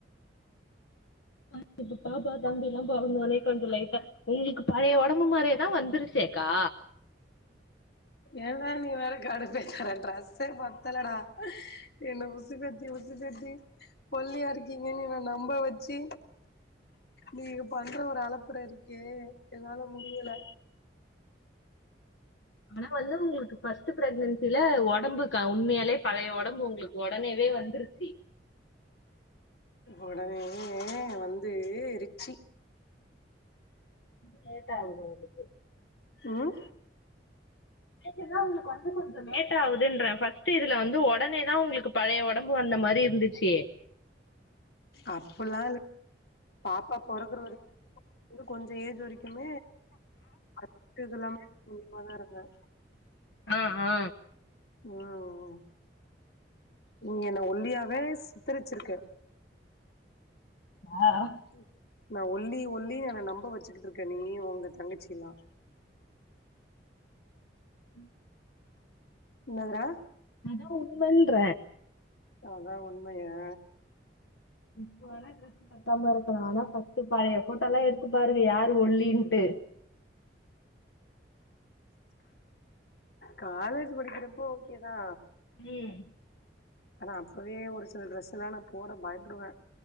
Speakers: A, on the left; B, on the left.
A: ஆ இப்ப பாப்பா தம்பில்லா பொறந்தோனே கொஞ்சோ லைட்டா உங்களுக்கு பழய ஒடம்பு மாரியேதா வந்துருச்சேக்கா
B: ஏன்டா நீ வேற கடுப்பேத்ர ட்ரெஸ்ஸே பத்தல டா என்ன உசுபேத்தி உசுபேத்தி ஒல்லியா இருக்கீங்கன்னு என்ன நம்ப வெச்சி நீ பண்ற ஒரு அலப்பற இருக்கே என்னால முடியல
A: ஆனா வந்து உங்களுக்கு ஃபர்ஸ்ட் ப்ரெக்னன்சில ஒடம்புக்க உண்மயாலே பழய ஒடம்பு உங்ளுக் ஒடனேவே வந்துருச்சி
B: ஒடனேவே வந்து ரிச்சி
A: லேட் ஆகூ உங்களுக்கு
B: ம்
A: நேச்சர்லா உங்களுக்கு வந்து கொஞ்சொ லேட் ஆகுதுன்ற ஃபர்ஸ்ட் இதுல வந்து ஒடனேதா உங்களுக்கு பழய ஒடம்பு வந்த மாரி இருந்துச்சி தியே
B: அப்பெல்லா இல் பாப்பா பொறக்குற வர வந்து கொஞ்சொ ஏஜ் வரக்குமே அட்த்தது எல்லாமே உன்னிப்பாதா இருங்க
A: ஆ ஆ
B: ம் ம் நீங்க என்ன ஒல்லியாவே சித்தெருச்சுருக்க
A: ஆ அ
B: ம் நா ஒல்லி ஒல்லினு என நம்ப வச்சுக்கிட்டு இருக்கே நீ ஒங்க தங்கச்சி எல்லா
A: ம்
B: என்னதுரா
A: அதா உண்மன்ற
B: அதா உண்மையா
A: இப்பவர இதுல பத்தாம இருக்கா ஆனா ஃபர்ஸ்ட் பழைய போட்டோ எல்லா எடுத்து பாருங்க யாரு ஒல்லின்ட்டு
B: காலேஜ் படிக்கிறப்போ ஓகேதா
A: ம்
B: ஆனா அப்பவே ஒரு சில ட்ரெஸெல்லா நா போட பயப்படுவே